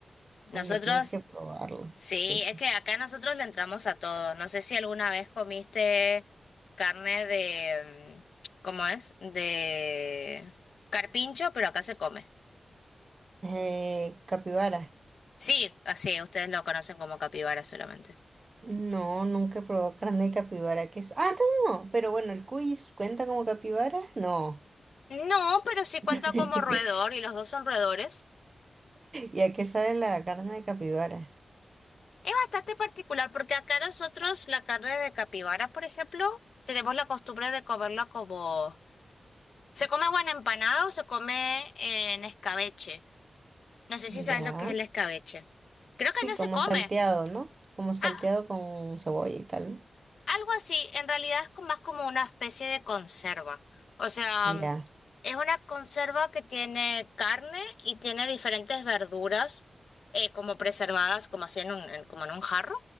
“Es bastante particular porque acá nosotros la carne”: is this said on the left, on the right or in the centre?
Left